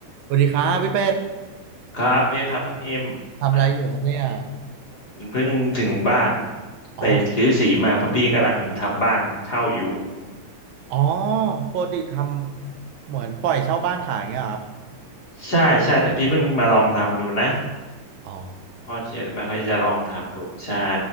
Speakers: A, on the right; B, on the left.
A: สวัสดีครับพี่เป็ด
B: ครับดีครับน้องฮิมอ่ะ
A: ทำอะไรอยู่ครับเนี่ย
B: เพิ่งถึงบ้าน
A: อ๋อ
B: ไปซื้อสีมาเพราะพี่กำลังทำบ้านเช่าอยู่
A: อ๋อปกติทำเหมือนปล่อยเช่าบ้านขายเงี้ยเหรอครับ
B: ใช่ใช่แต่พี่เพิ่งมาลองทำดูนะ
A: อ๋อ
B: เพราะเทียนไม่ค่อยจะลองทำดูใช่